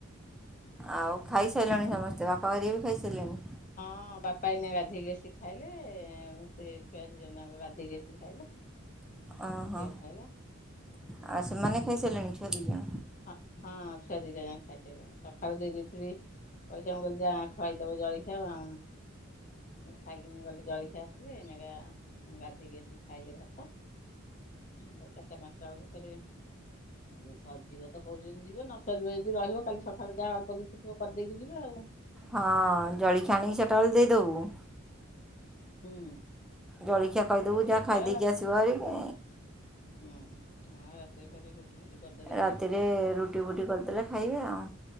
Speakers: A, in the centre; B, on the left (about 40°).
A: ଆଉ ଖାଇସାରିଲଣି ସମସ୍ତେ? ବାପା ଘରିଆ ବି ଖାଇସାରିଲେଣି?
B: ହଁ, ବାପା ଏଇନା ଗାଧେଇକି ଆସିକି ଖାଇଲେ, ସେ ଛୁଆ ଦି ଜଣଯାକ ଗାଧେଇକି ଆସିକି ଖାଇଲେ।
A: ଓହୋ,
B: ଝିଅ ଖାଇଲା
A: ଆ ସେମାନେ ଖାଇସାରିଲେଣି ଛୁଆ ଦିଜଣ?
B: ହଁ, ହଁ, ଛୁଆ ଦିଟା ଯାକ ଖାଇସାଇଲେଣି, ସକାଳୁ ଦେଇ ଦେଇଥିଲି ପଇସା, ମୁଁ କହିଲି ଯା ଖାଇଦବ ଜଳଖିଆ ଆ, ଖାଇକିନି ଗଲେ ଜଳଖିଆ ଆସିଲେ, ଏଇନାକେ ଗାଧୋଇକି ଆସିକି ଖାଇଲେ ଭାତ, ଭ ଚାରିଟା ପାଞ୍ଚ ଦେଖିଲା ବେଳକୁ ଫେରେ, ଯେ ସଜ ଯିବ ତ କହୁଚନ୍ତି ଯିବେ, ନସରିବ ଯଦି ରହିବ, କାଲି ସକାଳେ ଯାହା ଅଳ୍ପ କିଛି ଥିବ, କରିଦେଇକି ଯିବେ ଆଉ।
A: ହଁ, ଜଳିଖିଆ ଆଣିକି ଚାଟାବେଳେ ଦେଇଦେବୁ
B: ହୁଁ
A: ଜଳଖିଆ କହିଦେବୁ
B: ଟିକେ
A: ଯାହା
B: ଚାରିଟା
A: ଖାଇଦେଇକି
B: ବେଳେ
A: ଆସିବ ହାରି କି
B: ହୁଁ, ଆଉ ରାତିରେ ଫେରେ ରୁଟି। ଫୁଟି କରିଦେଲେ
A: ରାତିରେ
B: ଖାଇବେ ଯାହାହେଲେ ଆଉ
A: ରୁଟି ବୁଟି କରିଦେଲେ ଖାଇବେ ଆଉ।